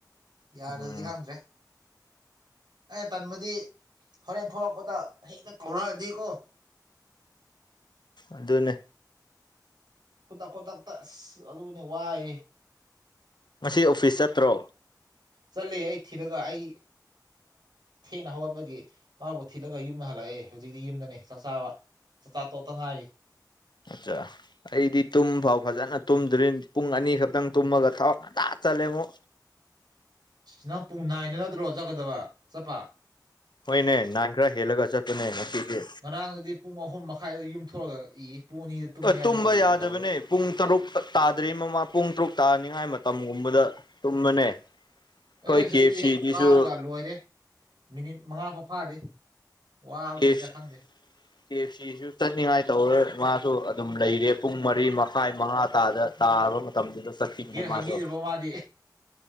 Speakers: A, on the right (about 80°); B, on the left (about 85°).
A: ꯌꯥꯔꯗꯤ
B: ꯎꯝ
A: ꯈꯪꯗ꯭ꯔꯦ ꯑꯩꯅ ꯇꯟꯃꯗꯤ ꯍꯣꯔꯦꯟ ꯊꯣꯛꯂꯛꯄꯗ ꯍꯦꯛꯇ ꯀꯧꯔꯛꯑꯗꯤꯀꯣ
B: ꯑꯗꯨꯅꯦ
A: ꯈꯨꯗꯛ ꯈꯨꯗꯛꯇ ꯑꯁ ꯑꯗꯨꯅꯤ ꯋꯥꯏ
B: ꯉꯁꯤ ꯑꯣꯐꯤꯁ ꯆꯠꯇ꯭ꯔꯣ
A: ꯆꯠꯂꯦ ꯑꯩ ꯊꯤꯔꯒ ꯑꯩ ꯊꯦꯡꯅ ꯍꯧꯒꯠꯄꯒꯤ ꯃꯥꯕꯨ ꯊꯤꯠꯂꯒ ꯌꯨꯝꯗ ꯍꯜꯂꯛꯑꯦ ꯍꯧꯖꯤꯛꯇꯤ ꯌꯨꯝꯗꯅꯦ ꯆꯥꯛ ꯆꯥꯕ ꯆꯠꯆꯥꯥ ꯇꯣꯇꯅ ꯍꯥꯏꯔꯤ
B: ꯑꯆꯥ ꯑꯩꯗꯤ ꯇꯨꯝꯐꯥꯎ ꯐꯖꯅ ꯇꯨꯝꯗ꯭ꯔꯤ ꯄꯨꯡ ꯑꯅꯤ ꯈꯛꯇꯪ ꯇꯨꯝꯃꯒ ꯊꯕꯛ ꯉꯖꯥ ꯆꯠꯂꯦ ꯑꯃꯨꯛ
A: ꯅꯪ ꯄꯨꯡ ꯅꯥꯏꯅ ꯅꯠꯇ꯭ꯔꯣ ꯆꯠꯀꯗꯕ ꯆꯠꯄ
B: ꯍꯣꯏꯅꯦ ꯅꯍꯥꯟ ꯈꯔ ꯍꯦꯜꯂꯒ ꯆꯠꯄꯅꯦ ꯉꯁꯤꯁꯦ
A: ꯑꯥꯡꯗꯤ ꯄꯨꯡ ꯑꯍꯨꯝ ꯃꯈꯥꯏꯗ ꯌꯨꯝ ꯊꯣꯛꯑꯒ ꯏ ꯄꯨꯡ ꯑꯅꯤꯗ ꯇꯨꯝꯃꯦ
B: ꯑ
A: ꯍꯥꯏꯗꯤ
B: ꯇꯨꯝꯕ
A: ꯀꯔꯤ ꯀꯔꯤ
B: ꯌꯥꯗꯕꯅꯦ
A: ꯇꯧꯔ
B: ꯄꯨꯡ ꯇꯔꯨꯛ ꯇꯥꯗ꯭ꯔꯤ ꯃꯃꯥꯡ ꯄꯨꯡ ꯇꯔꯨꯛ ꯇꯥꯅꯤꯡꯉꯥꯏ ꯃꯇꯝꯒꯨꯝꯕꯗ ꯇꯨꯝꯕꯅꯦ
A: ꯑꯩꯁ
B: ꯑꯩꯈꯣꯏ ꯀꯦ
A: ꯑꯩꯗꯤ
B: ꯑꯦꯐ ꯁꯤꯗꯤꯁꯨ
A: ꯍꯦꯛ ꯀꯥꯔꯒ ꯂꯣꯏꯔꯦ ꯃꯤꯅꯤꯠ ꯃꯉꯥ ꯐꯥꯎ ꯐꯥꯗꯦ ꯋꯥꯕꯒꯤꯔ
B: ꯀꯦ ꯑꯦꯐ ꯁꯤ
A: ꯈꯪꯗꯦ
B: ꯀꯦ ꯑꯦꯐ ꯁꯤꯁꯨ ꯆꯠꯅꯤꯡꯉꯥꯏ ꯇꯧꯔꯣꯏ ꯃꯥꯁꯨ ꯑꯗꯨꯝ ꯂꯩꯔꯦ ꯄꯨꯡ ꯃꯔꯤ ꯃꯈꯥꯏ ꯃꯉꯥ ꯇꯥꯗ ꯇꯥꯕ ꯃꯇꯝꯗꯨꯗ ꯆꯠꯈꯤꯕꯅꯦ
A: ꯒꯦꯠ ꯍꯥꯡꯕꯤꯗ꯭ꯔꯕꯣ
B: ꯃꯥꯁꯨ
A: ꯃꯥꯗꯤ